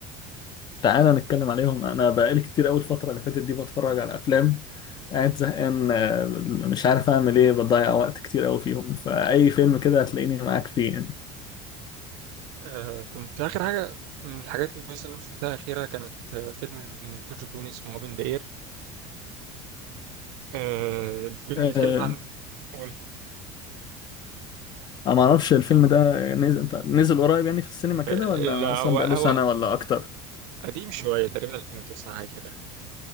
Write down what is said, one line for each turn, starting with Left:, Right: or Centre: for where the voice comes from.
Left: تعالى نتكلم عليهم أنا بقالي كتير قوي الفترة اللي فاتت دي بتفرج على أفلام قاعد زهقان آه، مش عارف أعمل إيه بضيع وقت كتير قوي فيهم فأي فيلم كده هتلاقيني معاك فيه يعني
Right: آه كنت اخر حاجه من الحاجات الكويسه اللي شفتها اخيرا كانت آه، فيلم جورج كلوني اسمه اوبن ذا اير آه الفيلم
Left: آه،
Right: بيتكلم عن قول.
Left: أنا معرفش الفيلم ده نزل نزل قريب يعني في السينما كده
Right: آه،
Left: ولا
Right: لا
Left: مثلا
Right: هو
Left: بقاله
Right: هو
Left: سنة ولا أكتر؟
Right: قديم شويه تقريبا 2009 حاجه كده